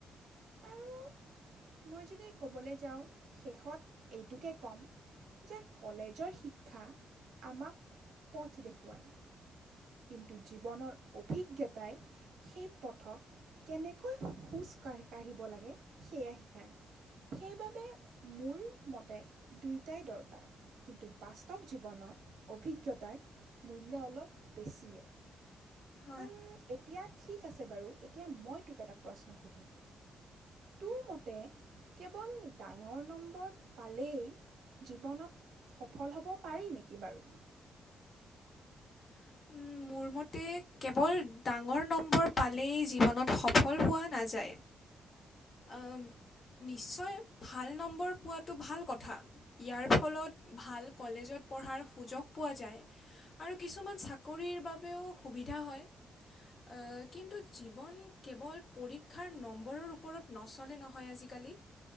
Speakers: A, on the left (about 40°); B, on the right (about 80°).
A: <inaudible>
B: আৰু মই যদি ক'বলে যাওঁ শেষত এইটোকে ক'ম যে কলেজৰ শিক্ষা আমাক পথ দেখুৱায়। কিন্তু জীৱনৰ অভিজ্ঞতাই সেই পথক কেনেকৈ খোজ কাঢ়ি কাঢ়িব লাগে সেয়া শিকায়। সেইবাবে মোৰ মতে দুইটাই দৰকাৰ। কিন্তু, বাস্তৱ জীৱনত অভিজ্ঞতাৰ মূল্য অলপ বেছিয়ে।
A: <inaudible>
B: উম, এতিয়া ঠিক আছে বাৰু! এতিয়া মই তোক এটা প্ৰশ্ন সুধিম। তোৰমতে, কেৱল ডাঙৰ নম্বৰ পালেই জীৱনত সফল হ'ব পাৰি নেকি বাৰু?
A: উম। মোৰমতে, কেৱল ডাঙৰ নম্বৰ পালেই জীৱনত সফল হোৱা নাযায়। আম নিশ্চয় ভাল নম্বৰ পোৱাটো ভাল কথা। ইয়াৰ ফলত ভাল কলেজত পঢ়াৰ সুযোগ পোৱা যায়, আৰু কিছুমান চাকৰিৰ বাবেও সুবিধা হয়। আ' কিন্তু জীৱন কেৱল পৰীক্ষাৰ নম্বৰৰ ওপৰত নচলে নহয় আজিকা কালি।